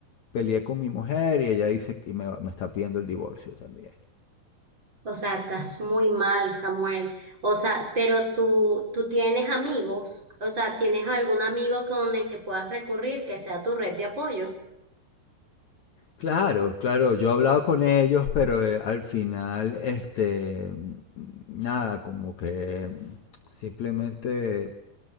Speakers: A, on the left; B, on the right.
A: peleé con mi mujer y ella dice que me, me está pidiendo el divorcio también.
B: O sea, estás muy mal, Samuel. O sea, pero tú, tú tienes amigos. O sea, ¿tienes algún amigo con el que puedas recurrir que sea tu red de apoyo?
A: Claro, claro, yo he hablado con ellos, pero eh, al final, este, nada, como que simplemente